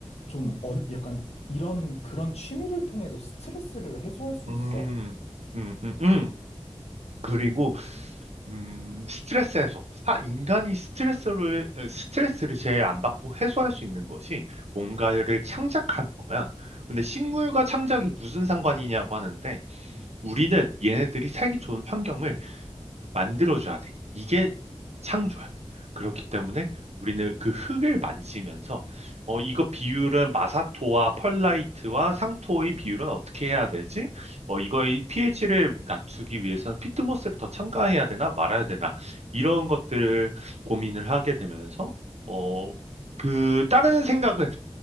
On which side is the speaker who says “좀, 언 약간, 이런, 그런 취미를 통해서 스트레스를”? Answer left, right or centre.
Left